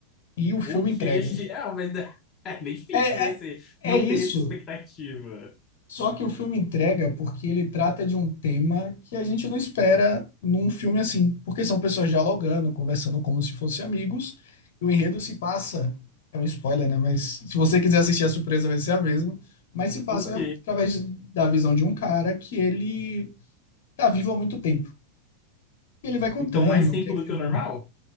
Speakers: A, on the left; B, on the left.
A: E o filme
B: O queixo
A: entrega.
B: de... Ah, mas <laughs> é bem difícil,
A: É,
B: né?
A: é-
B: Você
A: é
B: não
A: isso.
B: ter essa expectativa.
A: Só que o filme entrega porque ele trata de um tema que a gente não espera num filme assim, porque são pessoas dialogando, conversando como se fossem amigos, e o enredo se passa, é um spoiler, né? Mas se você quiser assistir a surpresa vai ser a mesma, mas se passa
B: Ok.
A: através de- da visão de um cara que ele tá vivo há muito tempo. E ele vai contando
B: Então, mais tempo
A: o que é
B: do
A: que
B: que
A: ele
B: o normal?